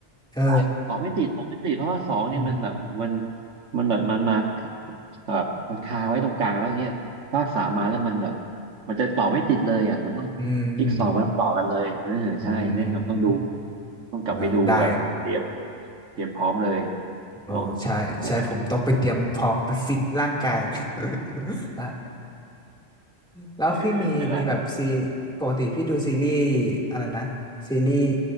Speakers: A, in the centre; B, on the right (about 85°).
A: เออ
B: ใช่ตอบไม่ติดตอบไม่ติดเพราะว่าสองเนี่ยมันแบบมัน
A: อืม
B: มันแบบมันมาแบบมันคาไว้ตรงกลางแล้วเงี้ยภาคสามมาแล้วมันแบบมันจะต่อไม่ติดเลยอ่ะมันต้อง
A: อืมอืม
B: จิ๊กซอว์มันต้องต่อกันเลยเออใช่แนะนำต้องดู
A: อืม
B: ต้องกลับไปดูแบบเตรียม
A: เนอะได้
B: เตรียมพร้อมเลย
A: โอ้ใช่ใช่ผมต้องไปเตรียมพร้อมไปฟิตร่างกาย
B: เนาะเนี่ยแหละ
A: <laughs> แล้วแล้วพี่มีมีแบบซี
B: เออเนี่ยแหละ
A: ปกติพี่ดูซีรีส์อะไรนะซีรีส์